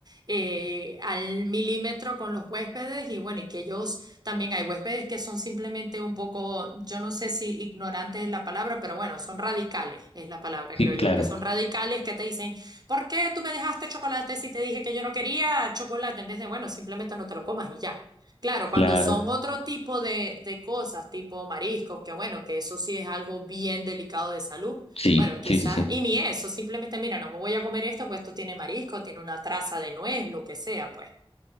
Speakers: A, on the right; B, on the left.
A: eh, al milímetro con los huéspedes y bueno, y que ellos también hay huéspedes que son simplemente un poco, yo no sé si ignorantes es la palabra, pero bueno, son radicales, es la palabra,
B: Sí,
A: creo yo,
B: claro,
A: que son radicales que te dicen, ¿por qué tú me dejaste chocolate si te dije que yo no quería chocolate? En vez de, bueno, simplemente no te lo comas y ya. Claro, cuando
B: claro.
A: son otro tipo de, de cosas, tipo mariscos, que bueno, que eso sí es algo bien delicado de salud.
B: Sí,
A: Bueno, quizás,
B: sí, sí, sí.
A: y ni eso, simplemente, mira, no me voy a comer esto, pues esto tiene marisco, tiene una traza de nuez, lo que sea, pues.